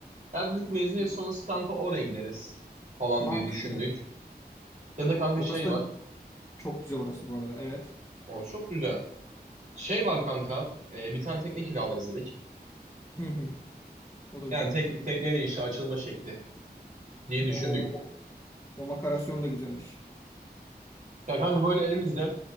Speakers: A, on the right; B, on the left.
A: Ya dedik mezuniyet
B: E,
A: sonrası kanka oraya gideriz falan
B: Mantıklı.
A: diye düşündük. Ya da kanka
B: Orası
A: şey
B: da
A: var.
B: çok güzel orası bu arada. Evet.
A: O çok güzel. Şey var kanka, e, bir tane tekne kiralarız dedik.
B: Hı hı, o da güzelmiş.
A: Yani tek, tekneyle işte açılma şekli diye düşündük.
B: O, o, o, o makarasyon da güzelmiş.
A: Ya kanka böyle elimizde